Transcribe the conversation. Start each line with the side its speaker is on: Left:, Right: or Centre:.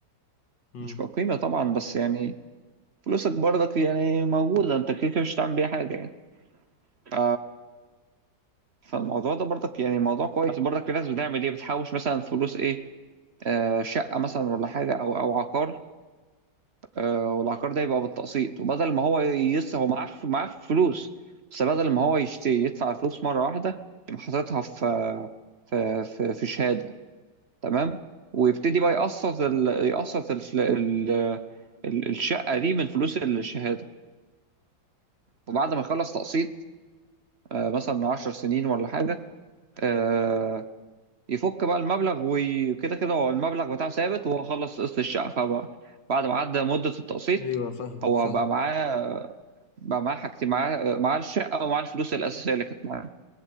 Left: مم.
Right: مش كقيمه طبعا بس يعني فلوسك برضك يعني موجوده انت كده كده مش هتعمل بيها حاجه يعني ف... فالموضوع ده برضك يعني موضوع كويس برضك في ناس بتعمل ايه بتحوش مثلا فلوس ايه آه شقه مثلا ولا حاجه او او عقار آه والعقار ده يبقى بالتقسيط وبدل ما هو يس هو معاه ف- معاه فلوس بس بدل ما هو يشتري يدفع فلوس مره واحده يبقى حاططها في في في في شهاده تمام ويبتدي بقى يقسط ال... يقسط ال... ال... ال- الشقه دي من فلوس الشهاده وبعد ما يخلص تقسيط آه، مثلا 10 سنين ولا حاجه آه، يفك بقى المبلغ وكده كده هو المبلغ بتاعه ثابت وهو خلص قسط الشقه فبقى بعد ما عدى مده التقسيط
Left: ايوه فاهم
Right: هو
Left: فاهم
Right: بقى معاه بقى معاه حاجتين معاه معاه الشقه ومعاه الفلوس الاساسيه اللي كانت معاه